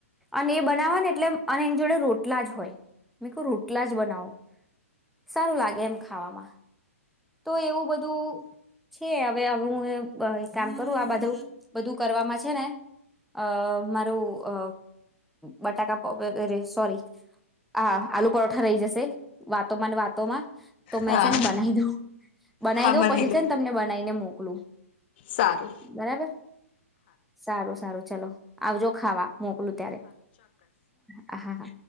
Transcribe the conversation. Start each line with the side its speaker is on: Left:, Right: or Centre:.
Centre: અને એ બનાવા ને એટલે અને એની જોડે રોટલા જ હોય મે કહ રોટલા જ બનાવો સારું લાગે એમ ખાવામાં તો એવું બધું છે હવે હું કામ કરું આ બધું બધું કરવામાં છે ને અ મારું અ બટાકા સોરી આ આલુ પરોઠા રહી જશે વાતોમાં ન વાતોમાં. તો મેં
Left: હા
Centre: છે ને બનાવી દઉં બનાવી
Left: હા
Centre: દવં પછી
Left: દો
Centre: છે ને તમને બના ને મોકલું.
Left: સારું
Centre: બરાબર સારું સારું. ચલો આવજો ખાવા. મોકલું ત્યારે હા હા.